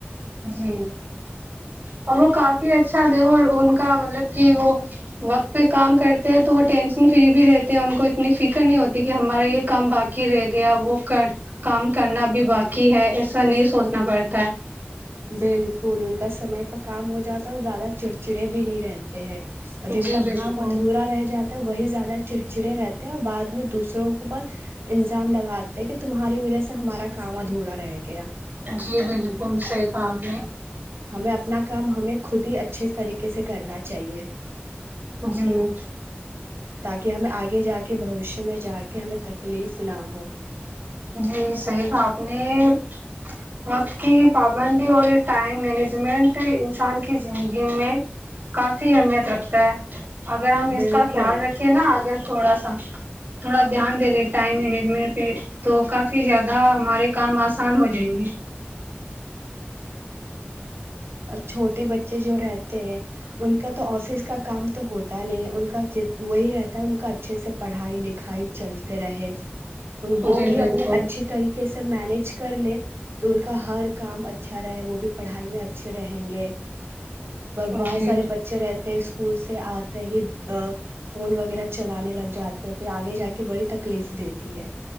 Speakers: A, on the right; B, on the right.
A: جی اور وہ کافی اچھا اچھا دے ان کا مطلب کہ وہ وقت پہ کام کرتے ہیں تو وہ ٹینشن فری بھی رہ ان کو اتنی فکر نہیں ہوتی کہ ہمارا یہ کام باقی رہ گیا وہ کام کرنا بھی باقی ہے ایسا نہیں سوچنا پڑتا ہے
B: بالکل ان کا سمے پ کام ہو جاتا ہے اور زیادہ چڑچڑے بھی نہیں رہتے ہیں
A: ہے
B: اور جن
A: جی
B: کا
A: بالکل
B: کام ادھورا رہ جاتا ہے وہی زیادہ چڑچڑے رہتے ہیں اور بعد میں دوسروں کے ب الزام لگاتے کہ تمہاری وجہ سے ہمارا کام ادھورا رہ گیا
A: جی بالکل صحی کہا آپ نے
B: ہمیں اپنا کام ہمیں خود ہی اچھے طریقے سے کرنا چاہیے
A: جی
B: تاکہ ہمیں آگے جا کے <unintelligible> میں جا کے ہمیں تکلیف نہ ہو
A: جی صحیح کہا آپ نے وقت کی پابندی اور ٹائم مینجمنٹ انسان کی زندگی میں کافی اہمیت رکھتا ہے اگر ہم اس
B: بالکل
A: کا خیال رکھے نا اگر تھوڑا سا تھوڑا دھیان دے لے ٹائم مینجمنٹ پہ تو کافی زیادہ ہمارے کام آسان ہو جائیں گے
B: چھوٹے بچے جو رہتے ہیں ان کا تو آفس کا کام تو ہوتا نہیں ہے ان کا وہی رہتا ہے ان کا اچھے سے پڑھائی لکھائی چلتے رہے تو وہ
A: جی
B: بھی
A: بالکل
B: اپنے اچھی طریقے سے مینج کر لے تو ان کا ہر کام اچھا اچھا رہے وہ بھی پڑھائی میں اچھے رہیں گے اور بہت
A: جی
B: سارے بچے رہتے ہیں اسکول سے آتے ہی ا فون وغیرہ چلانے لگ جاتے ہوتے آگے جا کے بڑی تکلیف دیتی ہے